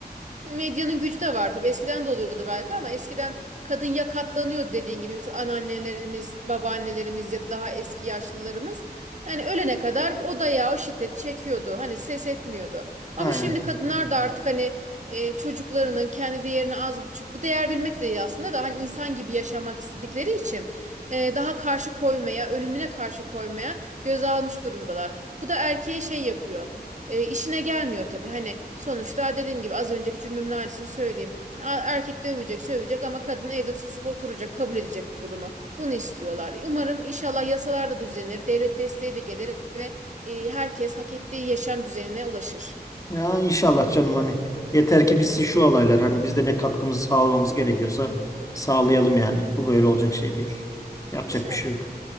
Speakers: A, on the right; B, on the left.
A: Medyanın gücü de var tabii. Eskiden de oluyordu belki ama eskiden kadın ya katlanıyordu dediğin gibi. Mesela anneannelerimiz, babaannelerimiz ya da daha eski yaşlılarımız. Yani ölene kadar o dayağı, o şiddeti çekiyordu. Hani ses etmiyordu. Ama
B: Aynen.
A: şimdi kadınlar da artık hani e, çocuklarının kendi değerini az buçuk bu değer bilmek de iyi aslında da hani insan gibi yaşamak istedikleri için e, daha karşı koymaya, ölümüne karşı koymaya göz almış durumdalar. Bu da erkeği şey yapıyor. E, işine gelmiyor tabii. Hani sonuçta dediğim gibi az önceki cümlemin aynısını söyleyeyim. Ya, erkek de övecek, sövecek ama kadın evde susup oturacak, kabul edecek bu durumu. Bunu istiyorlar. Umarım inşallah yasalar da düzenir, devlet desteği de gelir ve e, herkes hak ettiği yaşam düzenine ulaşır.
B: Ya inşallah canım hani yeter ki bitsin şu olaylar. Hani biz de ne katkımızı sağlamamız gerekiyorsa sağlayalım yani. Bu böyle olacak şey değil. Yapacak
A: İnşallah.
B: bir şey yok.